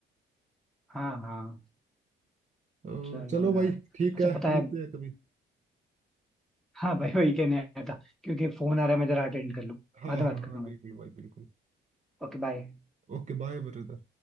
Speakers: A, in the centre; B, on the right (about 35°).
A: हाँ हाँ
B: तो
A: चलो
B: चलो
A: यार
B: भाई ठीक
A: अच्छा
B: है
A: पता
B: मिलते
A: है
B: हैं कभी
A: हाँ भाई वही कहने आया था क्योंकि फोन आ रहा है मैं जरा अटेंड कर लूँ
B: हाँ
A: बाद
B: हाँ
A: में बात
B: हाँ
A: करता हूँ
B: बिल्कुल
A: भाई
B: भाई बिल्कुल
A: Okay bye
B: Okay bye brother